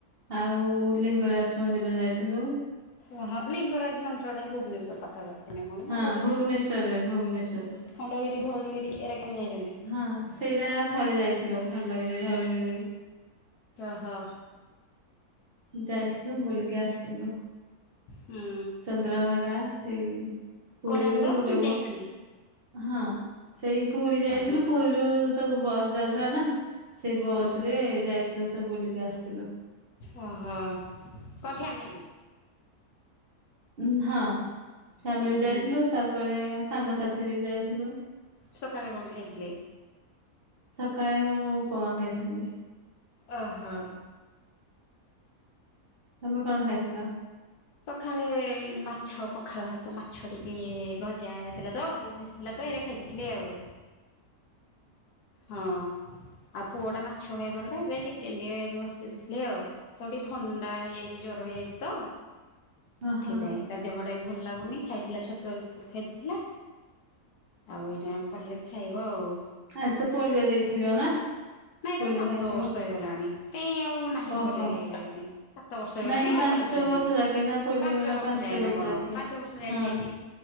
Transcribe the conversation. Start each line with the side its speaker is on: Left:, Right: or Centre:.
Right: ଆଉ ଲିଙ୍ଗରାଜ ମନ୍ଦିର ଯାଇଥିଲୁ।
Left: ଓ ହୋ ଲିଙ୍ଗରାଜ ମନ୍ଦିର ଟା ବି ଭୁବନେଶ୍ୱର ପାଖାପାଖି। ନା କଣ ନା
Right: ହଁ ଭୁବନେଶ୍ୱରରେ ଭୁବନେଶ୍ୱରରେ।
Left: ଖଣ୍ଡଗିରି ଧଉଳିଗିରି ଏରା କେବେ ଯାଇଛନ୍ତି?
Right: ହଁ ସେଇଟା ଥରେ ଯାଇଥିଲୁ। ଖଣ୍ଡ ଗିରି ଧଉଳି ଗିରି।
Left: ଓ ହୋ।
Right: ଯାଇଥିଲୁ ବୁଲିକି ଆସିଥିଲୁ
Left: ହୁଁ
Right: ଚନ୍ଦ୍ରଭାଗା ସେଇ ପୁରୀରୁ
Left: କୋଣାର୍କ
Right: ଗୋଟାଏ ହବ
Left: ଯାଇଛନ୍ତି
Right: ହଁ। ସେଇ ପୁରୀ ଯାଇଥିଲୁ
Left: ଓହୋ
Right: ପୁରୀରୁ ସବୁ ବସ୍ ଯାଉଥିଲା ନା ସେ ବସ୍
Left: ହୁଁ।
Right: ରେ ଯାଇଥିଲୁ ସବୁ ବୁଲିକି ଆସିଥିଲୁ।
Left: ଓ ହୋ କଁ ଫ୍ୟାମିଲି?
Right: ଉଁ ହଁ। ଫ୍ୟାମିଲି
Left: ଉଁ
Right: ଯାଇଥିଲୁ
Left: ହୁଁ
Right: ତାପରେ ଆଉ ସାଙ୍ଗସାଥି ବି ଯାଇଥିଲୁ।
Left: ସକାଳେ କଣ ଖାଇଥିଲେ?
Right: ସକାଳେ ମୁଁ ଉପମା ଖାଇଥିଲି।
Left: ଓ ହୋ।
Right: ତମେ କଣ ଖାଇଥିଲ?
Left: ସଖାଳେ ଏଇ ମାଛ ପଖାଳ ଭାତ ମାଛ ଟିକେ ଭଜା ହେଇଥିଲା ତ ବୋଉ ଭଜିଥିଲା ତ। ତହିଁ ରେ ଖାଇ ଦେଇଥିଲି ଆଉ।
Right: ହ <inaudible>
Left: ହଁ। ଆଉ ପୁଅ ଟା ମାଛ ଖାଇବନି ତ ସେଥିପାଇଁ ଚିକେନ ଟିକେ ଏବେ ବସେଇ ଦେଇଥିଲି ଆଉ ତାକୁ ଟିକେ ଥଣ୍ଡା ହେଇଯାଇଛି ଯୋ ଜର ହେଇଯାଇଛି ତ।
Right: <unintelligible>
Left: ସେଥିପାଇଁ
Right: ଓହୋ
Left: ତା ଦେହଟା ବି ଭଲ ଲାଗୁ ନି ଖାଇଥିଲା ଛତୁଆ ବିସ୍କୁଟ ଖାଇଦେଇଥିଲା ଆଉ ଏଇଟା କଲେ ଖାଇବ ଆଉ।
Right: ଆଜି ତ ପୋଲିଓ ଦେଇଥିବ ନା।
Left: ନାଇଁ
Right: ପୋଲିଓ
Left: ତାକୁ ସାତ
Right: ଖାଇଥିବ।
Left: ବର୍ଷ ହେଇଗଲାଣି କାଇଁ ଆଉ ନାହିଁ
Right: ଓହୋ
Left: କଲେ ଇଏ କରିବା ପାଇଁ ସାତ ବର୍ଷ ହେଇଗଲାଣି
Right: ନାଇଁ ପାଞ୍ଚ
Left: ଆଉ ପୋଲି ପୋଲିଓ
Right: ବର୍ଷ
Left: ନାହିଁ
Right: ଯାକେ ନା ପୋଲିଓ
Left: ପାଞ୍ଚ
Right: ଟା
Left: ବର୍ଷ ଯାଏଁ ନା କଣ
Right: ଯାକେ।
Left: ପାଞ୍ଚ ବର୍ଷ ଯାଏଁ
Right: ହଁ
Left: ଖାଇଛି।